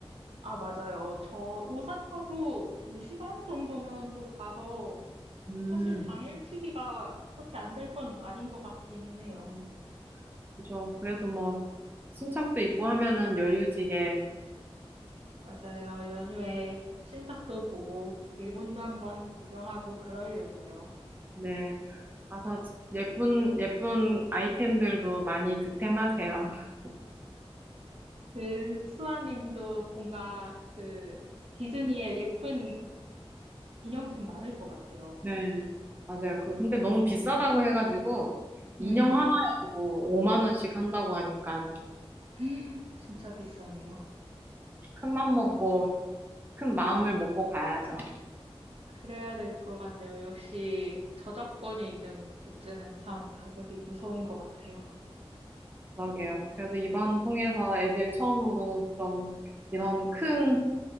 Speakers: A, on the right (about 75°); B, on the right (about 20°).
A: 아, 맞아요.
B: 음,
A: 저 오사카도 두 시간 정도면 또 가서
B: 음,
A: 사실 당일치기가 그렇게 안 될 건 아닌 것 같기는 해요.
B: 음, 그죠. 그래도 뭐 친척도 있고 하면은 여유지게
A: 맞아요. 연휴에 친척도 보고 일본도 한번 구경하고 그러려고요.
B: 네. 가서 예쁜 예쁜 아이템들도 많이 득템하세요. <laughs>
A: 그 수아님도 뭔가 그 디즈니의 예쁜 기념품 많을 것 같아요.
B: 네. 맞아요. 그 근데 너무 비싸다고 해가지고
A: 네.
B: 인형 하나에 뭐 5만 원씩 한다고 하니까
A: <gasps> <laughs> 진짜 비싸네요.
B: 큰 맘 먹고
A: 와,
B: 큰 마음을 먹고 가야죠.
A: 그래야 될 것 같네요. 역시 저작권이 있는 굿즈는 참 가격이 무서운 것 같아요.
B: 그러게요. 그래도 이번 통해서 애들 처음으로 좀 이런 큰